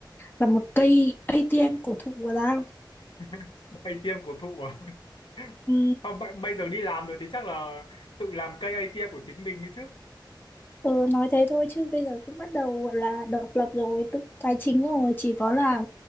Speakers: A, on the left; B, on the left.
A: là một cây ATM cổ thụ của tao
B: <laughs> Hay ATM cổ thụ à? <laughs>
A: ừ,
B: Không, bây bây giờ đi làm rồi thì chắc là tự làm cây ATM của chính mình đi chứ.
A: ừ, nói thế thôi chứ bây giờ cũng bắt đầu gọi là độc lập rồi tự tài chính rồi chỉ có là